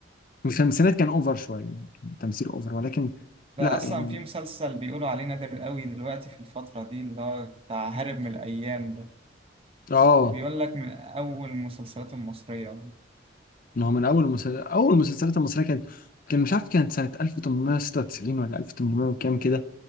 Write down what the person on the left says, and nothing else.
الخمسينات كان اوفر شويه كان تمثيل اوفر ولكن
لا
يعني
اه
ما هو من اول مسلسل اول المسلسلات المصريه كانت كان مش عارف كانت سنه 1896 ولا 1800 وكام كده